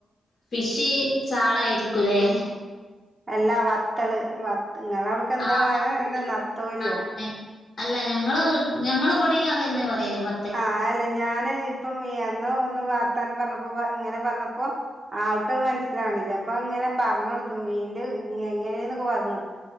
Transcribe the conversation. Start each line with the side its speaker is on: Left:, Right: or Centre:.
Left: ഫിഷ് ചാളയായിരിക്കും അല്ലേ?
Right: അല്ലാ വത്തല് വ നിങ്ങടെഅവിടെക്കെ എന്താ
Left: ആഹ് ബത്തല്
Right: എന്താ നത്തോലിയോ?
Left: അങ്ങനെ അല്ല ഞങ്ങള് ഞങ്ങളിവിടെയും അതു തന്നെയാ പറയല് വ
Right: ആഹ് അല്ല ഞാന് ഇപ്പം എന്നോ ഒന്ന് വാർത്താനം പറഞ്ഞപ്പോ ഇങ്ങനെ പറഞ്ഞപ്പോ ആൾക്കത് മനസ്സിലാവണില്ല അപ്പൊ ഇങ്ങനെ പറഞ് കൊടുത്തു മിന്റെ എങ്ങനെ നൊക്കെ എന്ന് പറഞ്ഞുകൊടുത്തു.